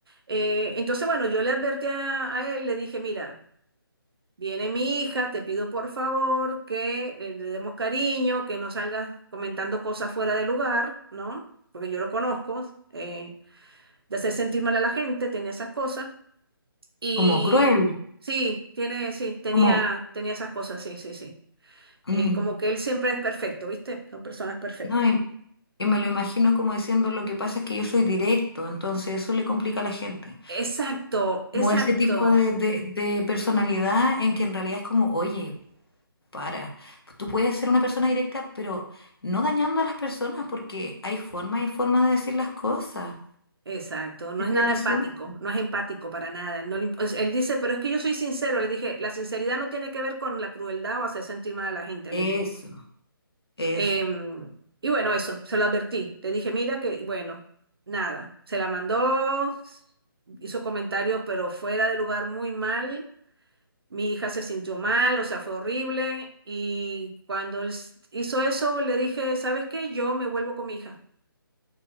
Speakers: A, on the right (about 75°); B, on the left (about 80°).
A: Eh, entonces, bueno, yo le advertí a, a él, le dije, mira, Viene mi hija, te pido por favor que eh, le demos cariño, que no salgas comentando cosas fuera de lugar, ¿no? Porque yo lo conozco, eh, de hacer sentir mal a la gente, tenía esas cosas. Y
B: Como cruel.
A: sí, tiene, sí, tenía,
B: Como.
A: tenía esas cosas, sí, sí, sí.
B: mm,
A: Eh, como que él siempre es perfecto, ¿viste? Son personas perfectas.
B: No, y, y me lo imagino como diciendo lo que pasa es que yo soy directo, entonces eso le complica a la gente.
A: Exacto,
B: Como
A: exacto.
B: ese tipo de, de- de personalidad en que en realidad es como, oye, para, tú puedes ser una persona directa, pero no dañando a las personas porque hay forma y forma de decir las cosas.
A: Exacto, no
B: Ese
A: es nada
B: es el asunto.
A: empático, no es empático para nada. Él, no le imp- es- él dice, pero es que yo soy sincero, le dije, la sinceridad no tiene que ver con la crueldad o hacer sentir mal a la gente,
B: Eso,
A: le dije.
B: eso.
A: Em, y bueno, eso, se lo advertí. Le dije, mira que, bueno, nada, se la mandó, hizo comentarios, pero fuera de lugar muy mal. Mi hija se sintió mal, o sea, fue horrible. Y cuando él s- hizo eso, le dije, ¿sabes qué? Yo me vuelvo con mi hija.